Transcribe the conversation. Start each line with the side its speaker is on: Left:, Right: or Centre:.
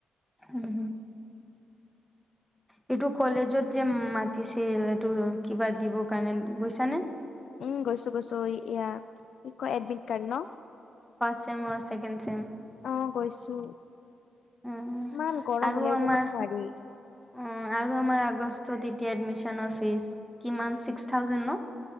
Centre: হম-হম, উ <inaudible> এইটো কলেজত যে মাতিছিল এইটো কিবা দিবৰ কাৰণে গৈছানে?
Left: উম, গৈছো-গৈছো ই কি কয় এডমিট কাৰ্ড ন।
Centre: চে মোৰ চছেকেণ্ড চেম।
Left: অ, গৈছো
Centre: চেম
Left: ইমান গৰম
Centre: আৰু
Left: ওলাই
Centre: আমাৰ
Left: যাব নোৱাৰি।
Centre: অ' আৰু আমাৰ আগষ্টত এতিয়া এডমিশনৰ ফিজ কিমান ছিক্স থাউজেণ্ড ন।